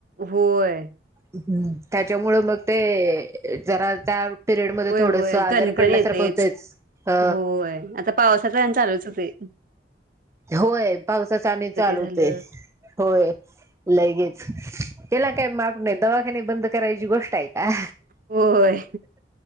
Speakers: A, on the right; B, on the right.
A: होय
B: ह् त्याच्यामु मग ते जरा त्या पिरियड मध्ये
A: होय
B: थोडस
A: होय
B: आजारी
A: कणकण
B: पडल्यासारखं
A: येतेच
B: होतच अ
A: होय आता पावसाचा आणि चालूच होते हम्
B: होय पावसाचा आणि चालू
A: झालं.
B: च हे होय लगेच त्याला काय मार नाही दवाखाने बंद करायची गोष्ट आहे. का
A: होय